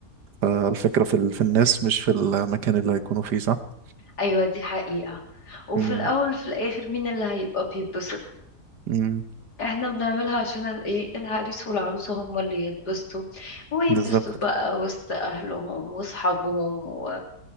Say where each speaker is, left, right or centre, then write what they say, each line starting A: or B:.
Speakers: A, on the right (about 85°); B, on the left (about 75°).
A: فالفكره في ال... في الناس مش في المكان اللي هيكونوا فيه صح
B: ايوه دي حقيقة وفي
A: امم
B: الاول في الاخر مين اللي هيبقى بيتبسط
A: امم
B: احنا بنعملها عشان ال- ايه العريس والعروسة هم اللي يتبسطوا ويتبسطوا
A: بالظبط
B: بقى وسط اهلهم واصحابهم و...